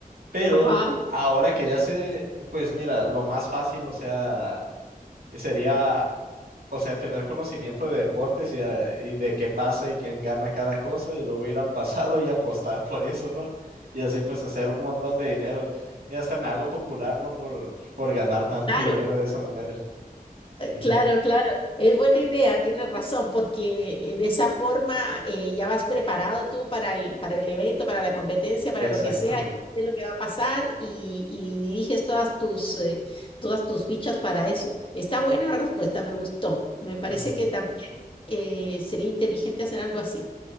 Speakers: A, on the right; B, on the left.
A: Pero
B: ajá,
A: ahora que ya sé, pues mira, lo más fácil, o sea, sería o sea, tener conocimiento de deportes y de, y de qué pasa y quién gana cada cosa y luego ir al <laughs> pasado y apostar por eso, ¿no? Y así pues hacer un montón de dinero. Y hasta me hago popular, ¿no? Por, por ganar tanto
B: claro.
A: <laughs> dinero de esa manera.
B: Eh,
A: Ujú,
B: Claro, claro, es buena idea, tienes razón, porque eh, de esa forma eh, ya vas preparado tú para el, para el evento, para la competencia, para
A: Exactamente.
B: lo que sea, ya sabes lo que va a pasar y, y diriges todas tus, eh, todas tus fichas para eso. Está buena la respuesta, me gustó. Me parece
A: Ujú.
B: que también eh, sería inteligente hacer algo así.